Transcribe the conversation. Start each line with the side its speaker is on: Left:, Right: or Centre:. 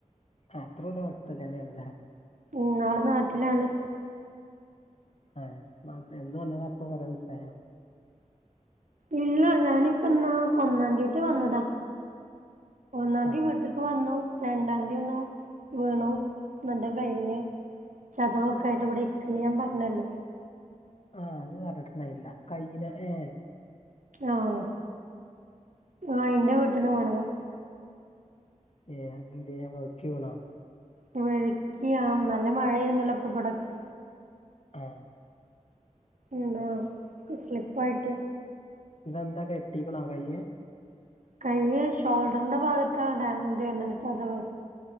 Left: അത്രുല്ലെ അടുത്തല്ലല്ലെ പിന്നെ.
Right: ന്നാള് നാട്ടിലാണ്.
Left: ആഹ് എന്ന് വന്നതാ പ്പ കെറെദീസായൊ
Right: ഇല്ല ഞാനിപ്പെന്നാ ഒന്നാന്തിയതി വന്നതാ.. ഒന്നാന്തി
Left: ആ
Right: വീട്ട്ക്ക്
Left: ആ
Right: വന്നു. രണ്ടാന്തിയെന്നു വീണു ന്നട്ട് കയ്ഞ്ഞ് ചതവെക്ക ടെട്ട ഇവിടെരിക്ക്ണ്ട് ഞാ പർഞ്ഞല്ലോ.
Left: ആഹ് അന്ന് പറഞ്ട്ട്ണ്ടായിന്നീല കയ്യിന് വെ
Right: ആഹ് ആ യിന്റെ വീട്ട്ന്ന് പേണതാ.
Left: ഏ അതെന്തൃ വൗക്കി വീണേ
Right: ഓ വാഴകൃം നല്ല മഴപെയ്യ്ണ്ടല്ലോ ഇവിടെക്കെ.
Left: ആ
Right: ന്താ ക്ക് സ്ലിപ്പായിട്ട്.
Left: ന്താ കെട്ടികുണേ കൈയ്യ്.
Right: കൈയ്യ് ഷോൾഡറിന്റെ ഭാഗത്താ ഡയ് ത് വെര്ന്നത് ചതവ്.